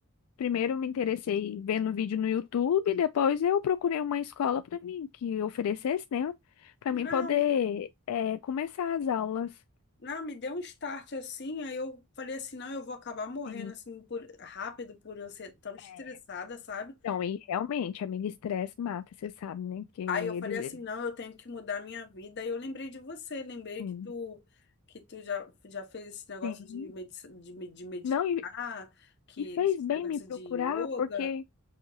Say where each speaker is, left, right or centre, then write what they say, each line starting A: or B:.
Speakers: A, on the left; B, on the left.
A: Primeiro me interessei vendo vídeo no YouTube, depois eu procurei uma escola para mim que oferecesse, né, para
B: Não,
A: mim poder eh, começar as aulas.
B: não, me deu um start assim, aí eu falei assim, não, eu vou acabar morrendo
A: Sim,
B: assim por, rápido por eu ser tão estressada,
A: é,
B: sabe?
A: Não, e realmente, amiga, estresse mata, você sabe, né? Que ele,
B: Aí eu falei assim, não, eu tenho que mudar minha vida. Aí eu lembrei de você, lembrei
A: sim
B: que tu que tu já, já fez esse negócio
A: sim,
B: de, medi de, me- de meditar,
A: não, e,
B: que
A: e fez
B: esse
A: bem
B: negócio
A: me procurar,
B: de yoga.
A: porque.